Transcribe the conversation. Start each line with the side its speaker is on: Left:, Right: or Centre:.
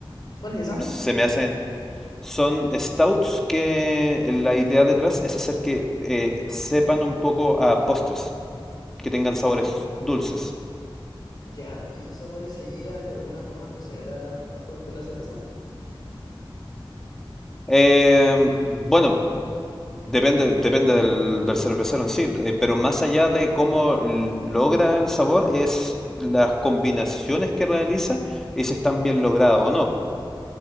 Left: ¿Cuál es esa?
Centre: Se me hacen... Son stouts que la idea detrás es hacer que eh, sepan un poco a postres, que tengan sabores dulces.
Left: Ya, ¿esos sabores se llegan de alguna forma especial a, a- con, con la cerveza?
Centre: Em, bueno, depende, depende del, del cervecero en sí, eh, pero más allá de cómo logra el sabor es las combinaciones que realiza y si están bien logradas o no.